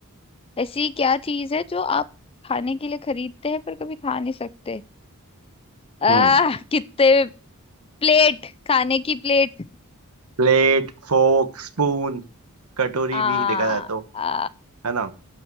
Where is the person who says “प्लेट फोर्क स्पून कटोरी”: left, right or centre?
Right